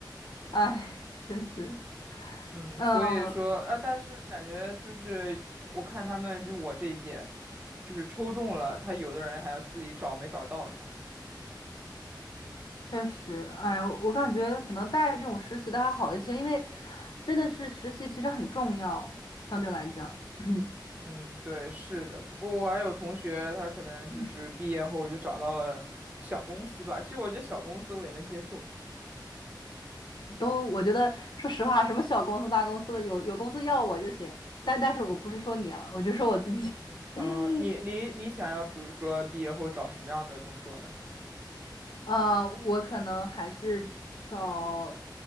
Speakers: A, on the left; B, on the right.
A: 哎，确实，
B: 嗯，
A: 嗯，
B: 所以说啊，但是感觉就是我看他们就我这一届，就是抽中了，他有的人还要自己找没找到他们。
A: 确实，哎，我感觉可能带这种实习的还好一些，因为真的是实习其实很重要，相对来讲，<clears throat>
B: 嗯，对，是的。不过我还有同学，他可能就是毕业后就找到了小公司吧。
A: 嗯，
B: 其实我觉得小公司我也能接受。
A: 都我觉得说实话，什么小公司大公司的，有有公司要我就行，但但是我不是说你啊，我就说我自己。
B: 嗯，
A: <laughs>
B: 你你你想要，比如说毕业后找什么样的工作呢？
A: 呃，我可能还是找